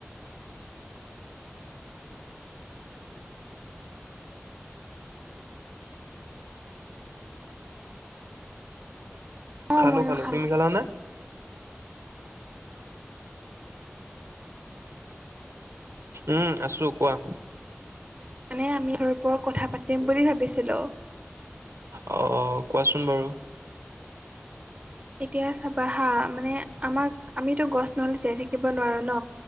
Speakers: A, on the right (about 30°); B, on the right (about 80°).
A: অঁ
B: খালো
A: ময়ো
B: খালো,
A: খালোঁ
B: তুমি খালা নে? উম, আছোঁ, কোৱা।
A: মানে আমি ঘৰৰ ওপৰত কথা পাতিম বুলি ভাবিছিলোঁ।
B: আহ, কোৱাচোন বাৰু।
A: এতিয়া চাবা হা, মানে আমাক আমিতো গছ নহ'লে জীয়াই থাকিব নোৱাৰোঁ ন।